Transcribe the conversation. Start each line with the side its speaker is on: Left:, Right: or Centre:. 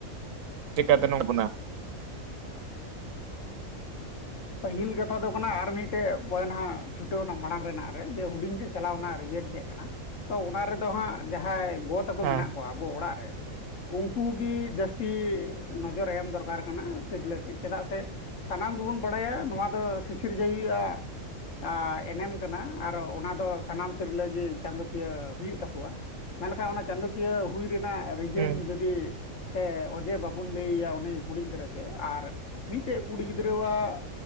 Right: ᱪᱤᱠᱟᱹᱛᱮ ᱱᱚᱝᱠᱟ ᱱᱟ
Left: ᱯᱟᱹᱦᱤᱞ ᱠᱟᱛᱷᱟ ᱫᱚ ᱠᱟᱱᱟ ᱟᱨ ᱢᱤᱫᱴᱮᱡ ᱯᱚᱭᱮᱱᱴ ᱦᱟᱸᱜ ᱪᱷᱩᱴᱟᱹᱣ ᱮᱱᱟ ᱢᱟᱲᱟᱝ ᱨᱮᱱᱟᱜ ᱨᱮ ᱡᱮ ᱦᱩᱰᱤᱧ ᱨᱮ ᱪᱟᱞᱟᱣᱱᱟ ᱨᱤᱭᱮᱱ ᱪᱮᱫ ᱠᱟᱱᱟ ᱛᱚ ᱚᱱᱟ ᱨᱮᱫᱚ ᱦᱟᱸᱜ ᱡᱟᱦᱟᱸᱭ ᱜᱚ ᱛᱟᱠᱚ
Right: ᱦᱮᱸ
Left: ᱢᱮᱱᱟᱜ ᱠᱚᱣᱟ ᱟᱵᱚ ᱚᱲᱟᱜ ᱨᱮ ᱩᱱᱠᱩ ᱜᱮ ᱡᱟᱹᱥᱛᱤ ᱱᱚᱡᱚᱨ ᱮᱢ ᱫᱚᱨᱠᱟᱨ ᱠᱟᱱᱟ ᱛᱤᱨᱞᱟᱹ ᱴᱷᱮᱡ ᱪᱮᱫᱟᱜ ᱥᱮ ᱥᱟᱱᱟᱢ ᱜᱮᱵᱚᱱ ᱵᱟᱲᱟᱭᱟ ᱱᱚᱣᱟ ᱫᱚ ᱥᱤᱥᱤᱨᱡᱟᱹᱣᱤᱡᱼᱟᱜ ᱮᱱᱮᱢ ᱠᱟᱱᱟ ᱟᱨ ᱚᱱᱟ ᱫᱚ ᱥᱟᱱᱟᱢ ᱛᱤᱨᱞᱟᱹ ᱜᱮ ᱪᱟᱸᱫᱳᱠᱤᱭᱟᱹ ᱦᱩᱭᱩᱜ ᱛᱟᱠᱚᱣᱟ ᱾ ᱢᱮᱱᱠᱷᱟᱱ ᱚᱱᱟ ᱪᱟᱸᱫᱳᱚᱠᱤᱭᱟᱹ ᱦᱩᱭ ᱨᱮᱱᱟᱜ ᱨᱤᱡᱮᱱ
Right: ᱦᱩᱸ
Left: ᱡᱩᱫᱤ ᱥᱮ ᱚᱡᱮ ᱵᱟᱵᱚᱱ ᱞᱟᱹᱭᱮᱭᱟ ᱩᱱᱤ ᱠᱩᱲᱤ ᱜᱤᱫᱽᱨᱟᱹ ᱜᱮ ᱟᱨ ᱢᱤᱫᱴᱮᱡ ᱠᱩᱲᱤ ᱜᱤᱫᱽᱨᱟᱹ ᱣᱟᱜ